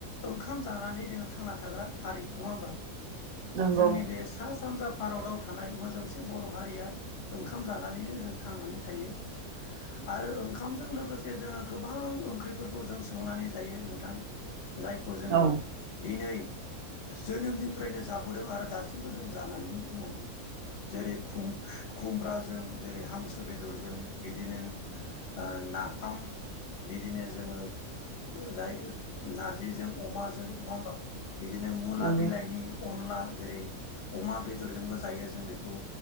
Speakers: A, on the left (about 50°); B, on the right (about 75°).
A: ओंखाम जानानै जोङो थांना थाग्रा हारि नङा होमबा
B: नंगौ
A: जोंनि बे सा सानजा भारताव थानाय मोजोमसे बर' हारिया ओंखाम जानानैनो जों थांनानै थायो। आरो ओंखामजों लोगोसे जोङो गोबां ओंख्रि फोरखौ जों संनानै जायो नोंथां। जायखौ जोङो
B: औ
A: दिनै जोनोमनि फ्रायनो जाबोदों आरो दासिमबो जों जानानै दङ। जेरै खुम खुमब्राजों जेरै हांसो बेदरजों बिदिनो ओ नाफाम बिदिनो जोङो जाय नारजिजों अमाजों नङा होमबा? बिदिनो मुला
B: नंगौ
A: बिलाइनि अनला जेरै अमा बेदर जोंबो जायो जों बेखौ।